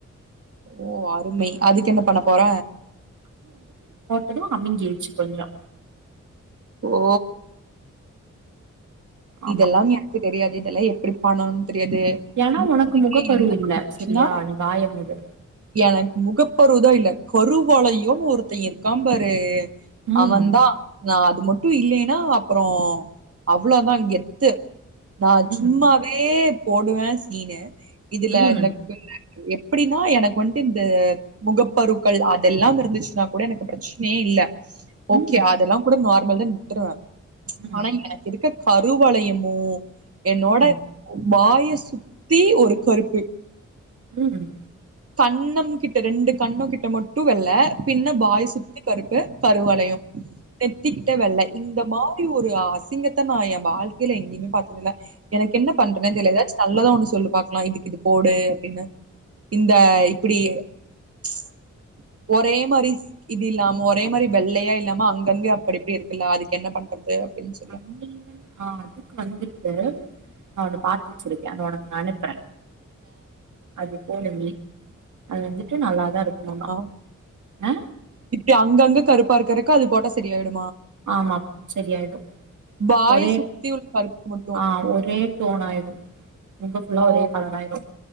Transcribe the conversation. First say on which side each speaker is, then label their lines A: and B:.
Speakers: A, on the right; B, on the right.
A: ஓ அருமை அதுக்கு என்ன பண்ண போற
B: இதோ அமிங்கிருச்சு கொஞ்சோ
A: ஓ
B: ஆமா
A: இதெல்லாம் எனக்கு தெரியாது இதெல்லா எப்புடி பன்னனுன் தெரியாது
B: ஏன்னா
A: மூஞ்சிக்கு
B: உனக்கு முகப்பரு
A: என்னச்சுனா
B: இல்ல சரியா நீ வாய மூடு
A: எனக்கு முகப்பருவு தா இல்ல கருவலையோன்னு ஒருத்த இருக்காம்பாரு
B: ம்
A: அவந்தா நா அது மட்டு இல்லேன்னா அப்றோ அவ்ளோ தா கெத்து நா
B: ம்
A: சும்மாவே போடுவே சீனு இதுல
B: ம்
A: இந்த <unintelligible> எப்படீன்னா எனக்கு வந்ட்டு இந்த முகப்பருக்கள் அதெல்லாம் இருந்துச்சுன்னா கூட எனக்கு ப்ரெச்சனையே இல்ல ஓகே
B: ம்
A: அதெல்லா கூட நார் மல் தா விட்டுருவே ச்ச
B: ம்
A: ஆனா எனக்கிருக்க கருவளையமு என்னோட
B: ம்
A: வாய சுத்தி ஒரு கருப்பு
B: உம்
A: கண்ணம் கிட்ட ரெண்டு கண்ணோ கிட்ட மட்டு வெல்ல பின்ன வாய் சுத்தி கருப்பு கருவலயோ நெத்திக்கிட்ட வெள்ள இந்த மாரி ஒரு அசி ங்கத்த நா எ வாழ்க்கேய்ல எங்கிமே பாத்ததில்ல எனக் என்ன பண்றதுன்னே தெர்ல எதாச்சு நல்ல தா ஒன்னு சொல்லு பாக்லா இதுக்கு இது போடு அப்டின்னு இந்த இப்புடி ச்ச ஒரே மாரி இது இல்லாம ஒரே மாரி வெள்ளையா இல்லாம அங்க அங்க அப்படி இப்டி இருக்குல்ல அதுக்கு என்ன பண்றது அப்டின்னு சொல்லு
B: அன் ஈவன் அ அதுக்கு வந்துட்டு நா ஒன்னு பாத்து வெச்சுருக்கே அத உனக்கு நா அனுப்புற அது போடு நீ அது வந்துட்டு நல்லாதா இருக்குமாமா
A: போட்டா
B: அ
A: இப்டி அங்கங்க கருப்பா இருக்கறக்கு அது போட்டா செரியாய்டு
B: ஆமாம் செரி ஆயிடு
A: வாய
B: ஒரே
A: சுத்தி உள்ள கருப்புக்கு மட்டு
B: அ ஒரே டோனாயிறு முக ஃபுல்லா
A: ஓ
B: ஒரே கலராயிரு